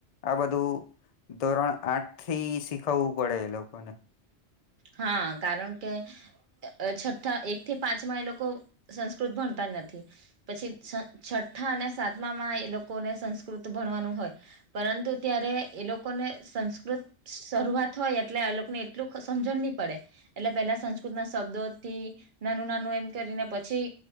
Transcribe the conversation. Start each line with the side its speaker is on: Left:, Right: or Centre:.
Left: આ બધું ધોરણ આઠથી શીખવવું પડે એ લોકોને.
Right: હા કારણ કે છઠ્ઠા એક થી પાંચમાં એ લોકો સંસ્કૃત ભણતા જ નથી. પછી છ છઠ્ઠા અને સાતમામાં એ લોકોને સંસ્કૃત ભણવાનું હોય. પરંતુ ત્યારે એ લોકોને સંસ્કૃત શરૂઆત હોય એટલે આ લોકોને એટલું સમજણ નહી પડે. એટલે પેલા સંસ્કૃત ના શબ્દોથી નાનું નાનું એમ કરીને પછી